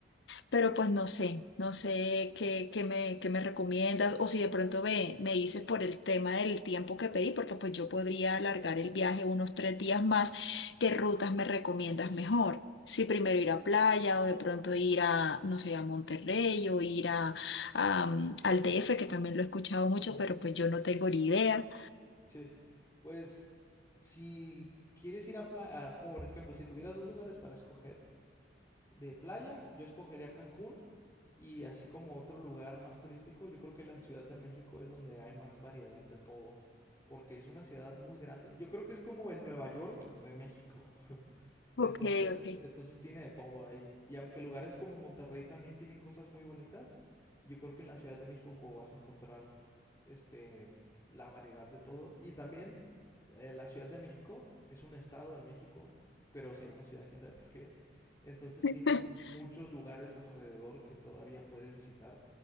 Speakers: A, on the left; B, on the left.
A: Pero pues no sé, no sé qué, qué me, qué me recomiendas o si de pronto me, me dices por el tema del tiempo que pedí, porque pues yo podría alargar el viaje unos tres días más, ¿qué rutas me recomiendas mejor? Si primero ir a playa o de pronto ir a, no sé, a Monterrey o ir a, a, mm, al DF, que también lo he escuchado mucho,
B: Mm.
A: pero pues yo no tengo ni idea.
B: Sí, pues si quieres ir a playa, por ejemplo, si tuvieras dos lugares para escoger de playa, yo escogería Cancún y así como otro lugar más turístico, yo creo que la Ciudad de México es donde hay más variedad de todo, porque es una ciudad muy grande. Yo creo que es como el Nueva York de México.
A: Ok,
B: Entonces,
A: ok.
B: entonces tiene de todo ahí. Y aunque lugares como Monterrey también tienen cosas muy bonitas, yo creo que en la Ciudad de México vas a encontrar este la variedad de todo. Y también eh, la Ciudad de México es un estado en México, pero se llama ciudad, quién sabe por qué. Entonces
A: <laughs>
B: tiene muchos lugares alrededor que todavía puedes visitar